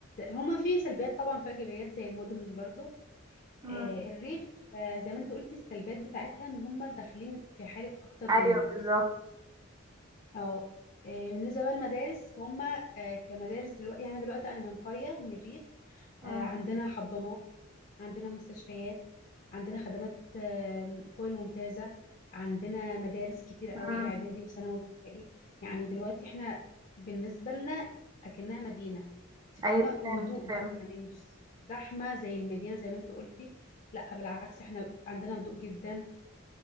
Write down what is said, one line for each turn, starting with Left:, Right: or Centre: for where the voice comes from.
Left: هما في سلبيات طبعا في ايجابيات زي المدن برضو
Right: مم.
Left: آه الريف آه زي ما انت قلتي السلبيات بتاعتها ان هما داخلين في حالك اكتر
Right: ايوه
Left: منك
Right: بالظبط
Left: اه آه، بالنسبة بقى للمدارس هم آه، كمدارس دلوقتي يعني دلوقتي أنا من قرية من الريف
Right: مم.
Left: آه، عندنا حضانات عندنا مستشفيات عندنا خدمات آه، فوق الممتازة عندنا مدارس كتير قوي
Right: مم.
Left: إعدادي وثانوي وابتدائي يعني دلوقتي احنا بالنسبة لنا أكنها مدينة انت فاهمة
Right: ايوه
Left: وهدوء
Right: فهمت
Left: بقى
Right: فهمت
Left: يعني مش زحمة زي المدينة زي ما انت قلتي لا بالعكس احنا عندنا هدوء جدا